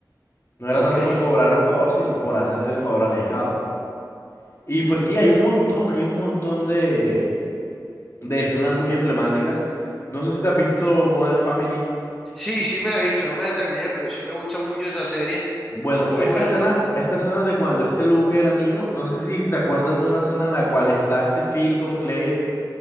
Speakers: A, on the left; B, in the centre.
A: No
B: Ok.
A: era tanto por cobrar el favor, sino por hacerle el favor al ahijado. Y pues sí, hay un montón, hay un montón de, de escenas muy emblemáticas. No sé si te has visto Modern Family.
B: Sí, sí me la he visto, no me la terminé, pero sí me gusta mucho esa serie.
A: Bueno,
B: Muy
A: esta
B: buena.
A: escena, esta escena de cuando este Luke era niño, no sé si te acuerdas de una escena en la cual está este Phil con Claire